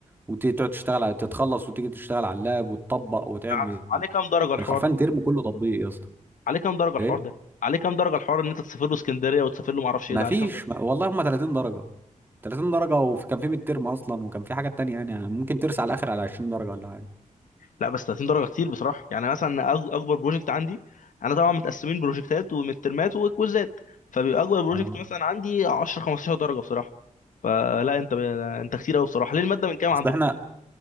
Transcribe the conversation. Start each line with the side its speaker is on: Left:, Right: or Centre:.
Right: وتقعد تشتغل على تتخلص وتيجي تشتغل على اللاب وتطبق وتعمل
Left: ع- عليه كام درجه الحوار
Right: كان حرفيا
Left: ده
Right: ترم كله تطبيق يا اسطى
Left: عليه كام درجه الحوار
Right: ايه
Left: ده عليه كام درجه الحوار ان انت تسافر له اسكندريه وتسافر له ما اعرفش
Right: مفيش
Left: ايه ده عليه كام درجه
Right: ما... والله هم 30 درجة 30 درجة وكان في ميد ترم اصلا وكان في حاجات تانية يعني ممكن ترسى على الاخر على 20 درجة ولا حاجة
Left: لا بس 30 درجه كتير بصراحه يعني مثلا أج- اكبر بروجكت عندي انا طبعا متقسمين بروجكتات ومترمات وكويزات فبيبقى اكبر بروجكت
Right: آه.
Left: مثلا عندي 10 15 درجه بصراحه فلا انت ب... انت كتير قوي بصراحه ليه الماده من كام عندكم
Right: اصل احنا